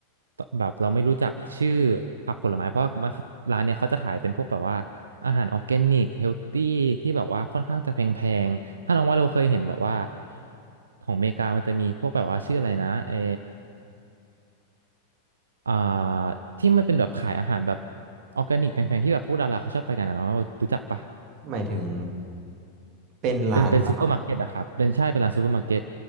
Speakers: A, on the right; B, on the right.
A: ตแบบเราไม่รู้จักชื่อผักผลไม้เพราะว่าร้านเนี้ยเขาจะขายเป็นพวกแบบว่าอาหารออร์แกนิกเฮลตี้ที่แบบว่าค่อนข้างจะแพงๆถ้าน้องว่าเราเคยเห็นแบบว่าของอเมริกามันจะมีพวกแบบว่าชื่ออะไรนะเออ อ่าที่มันเป็นแบบขายอาหารแบบออร์แกนิกแพงๆที่แบบพวกดาราเขาชอบไปกันอะเนาะรู้จักปะ
B: หมายถึงเป็นร้านสลัด
A: เป็นเป็นซูเปอร์มาร์เก็ตอะครับเป็นใช่เป็นร้านซูเปอร์มาร์เก็ต